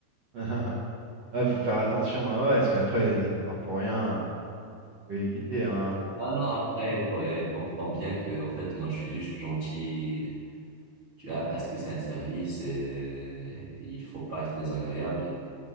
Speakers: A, on the right; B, on the right.
A: <laughs> Ouais, faut faire attention, hein, ouais, parce qu'après, les histoires pour rien, faut éviter, hein.
B: ah non après elle, co- elle comprend bien que en fait moi je suis juste gentil tu vois parce que c'est un service et il faut pas être désagréable